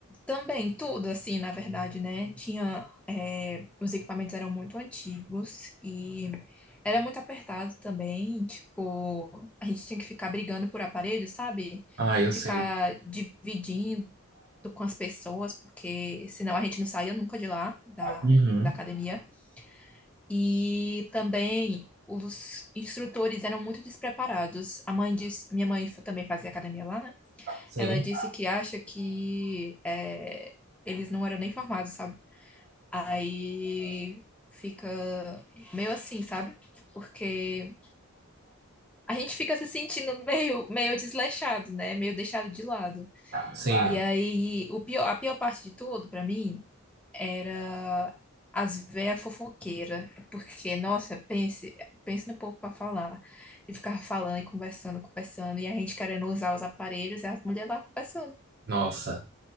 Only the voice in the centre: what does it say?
Também, tudo assim, na verdade, né? Tinha, eh, os equipamentos eram muito antigos e era muito apertado também. Tipo, a gente tinha que ficar brigando por aparelho, sabe?
Ficar
dividindo com as pessoas, porque senão a gente não saía nunca de lá, da,
da academia. E também os instrutores eram muito despreparados. A mãe disse, minha mãe também fazia academia lá, né?
Ela disse que acha que é, eles não eram nem formados, sabe? Aí fica meio assim, sabe? Porque a gente fica se sentindo meio, meio desleixado, né? Meio deixado de lado.
E aí, o pior, a pior parte de tudo, pra mim, era as véias fofoqueiras. Porque, nossa, pense, pense no povo pra falar. E ficava falando e conversando, conversando. E a gente querendo usar os aparelhos e as mulheres lá conversando.